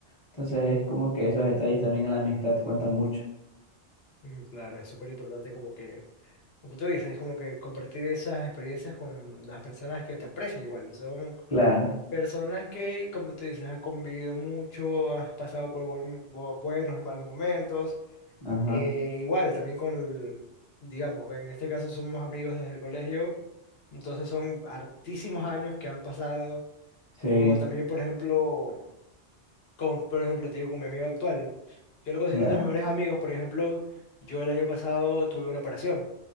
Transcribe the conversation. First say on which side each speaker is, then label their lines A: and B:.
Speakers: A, on the left; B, on the left.
A: Entonces, es como que esos detalles también en la amistad cuentan mucho.
B: Mm, Claro, es súper importante como que, como tú dices, como que compartir esas experiencias con las personas que te aprecian igual, son
A: Claro,
B: Personas que, como tú dices, has convivido mucho, has pasado por buen- bu- buenos y malos momentos.
A: ajá,
B: eh, igual, también con, el- digamos, en este caso somos amigos desde el colegio, entonces son hartísimos años que han pasado.
A: sí,
B: O también, por ejemplo, con, por ejemplo, te digo, con mi amigo actual. Yo lo considero
A: ya,
B: uno de mis mejores amigos, por ejemplo, yo el año pasado tuve una operación.